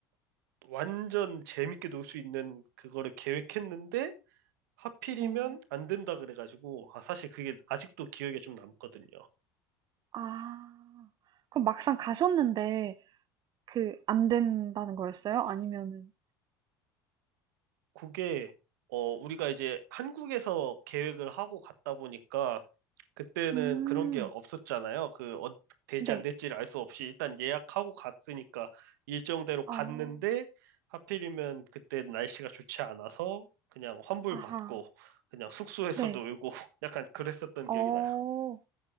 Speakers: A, on the right (about 80°); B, on the right (about 40°).
A: 완전 재밌게 놀 수 있는 그거를 계획했는데, 하필이면
B: 어.
A: 안 된다 그래가지고, 아, 사실 그게 아직도 기억에 좀 남거든요.
B: 아. 그럼 막상 가셨는데 그 안 된다는 거였어요? 아니면은
A: 그게 어 우리가 이제 한국에서 계획을 하고 갔다 보니까 그때는
B: 음.
A: 그런 게 없었잖아요. 그 어, 될지
B: 네.
A: 안 될지를 알 수 없이 일단 예약하고 갔으니까 일정대로 갔는데
B: 어.
A: 하필이면 그때 날씨가 좋지 않아서 그냥 환불
B: 아하.
A: 받고 그냥 숙소에서
B: 네.
A: 놀고 <laughs> 약간 그랬었던
B: 어.
A: 기억이 나요.